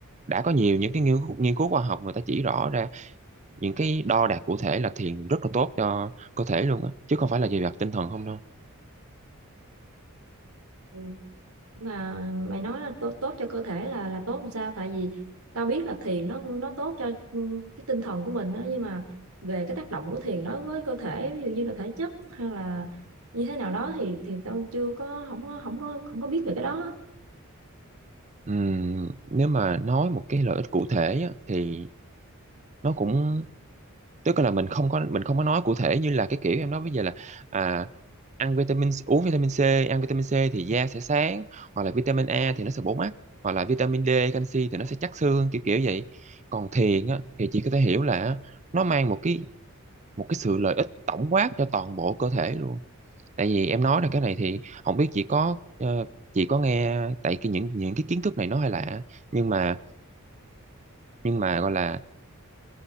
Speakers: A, on the right; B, on the right.
A: đã có nhiều những cái nghiên, cứu- nghiên cứu khoa học người ta chỉ rõ ra những cái đo đạc cụ thể là thiền rất là tốt cho cơ thể luôn á chứ không phải là về mặt tinh thần không đâu
B: Ừ. mà mày nói là tốt tốt cho cơ thể là là tốt làm sao tại vì tao biết là thiền nó nó tốt cho ừ, cái tinh thần của mình đó nhưng mà về cái tác động của thiền đối với cơ thể ví dụ như là thể chất hay là như thế nào đó thì thì tao chưa có không có không có không có biết về cái đó á.
A: Ừm, nếu mà nói một cái lợi ích cụ thể á, thì nó cũng tức là mình không có mình không có nói cụ thể như là cái kiểu em nói bây giờ là à, ăn vitamin uống vitamin C ăn vitamin C thì da sẽ sáng hoặc là vitamin A thì nó sẽ bổ mắt hoặc là vitamin D canxi thì nó sẽ chắc xương kiểu kiểu vậy còn thiền á, thì chị có thể hiểu là nó mang một cái một cái sự lợi ích tổng quát cho toàn bộ cơ thể luôn tại vì em nói là cái này thì không biết chị có ờ, chị có nghe tại cái những những cái kiến thức này nó hơi lạ nhưng mà nhưng mà gọi là